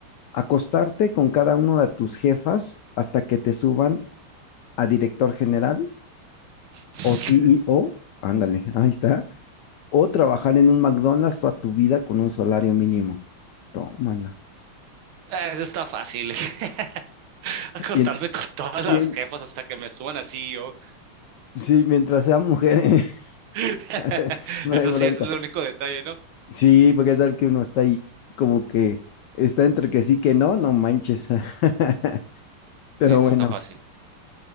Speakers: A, on the left; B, on the right.
A: Acostarte con cada uno de tus jefas hasta que te suban a director general
B: <laughs>
A: o C E o Ándale, ahí está. O trabajar en un McDonald's toda tu vida con un salario mínimo. Tómala.
B: Ah, eso está fácil. <laughs> Acostarme
A: Bien,
B: con todas
A: bien,
B: las jefas hasta que me suban así yo.
A: sí, mientras sea mujer,
B: <laughs>
A: <laughs> no
B: Eso
A: hay bronca.
B: sí, ese es el único detalle, ¿no?
A: Sí, porque tal que uno está ahí como que está entre que sí que no, no manches. <laughs> Pero
B: Sí, eso
A: bueno,
B: está fácil.